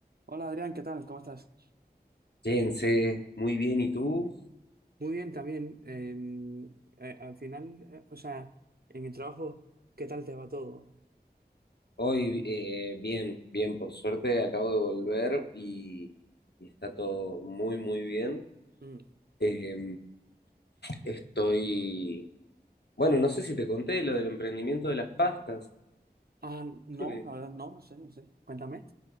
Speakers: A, on the right; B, on the left.
A: Hola Adrián, ¿qué tal? ¿Cómo estás?
B: Jense, muy bien, ¿y tú?
A: Muy bien, también. em, eh, al final, eh, o sea, en el trabajo, ¿qué tal te va todo?
B: Hoy eh, bien, bien, por suerte acabo de volver y, y está todo muy, muy bien.
A: Mm,
B: Eh, estoy, bueno, no sé si te conté lo del emprendimiento de las pastas.
A: Ah, no,
B: Creo que,
A: la verdad no, no sé, no sé. cuéntame.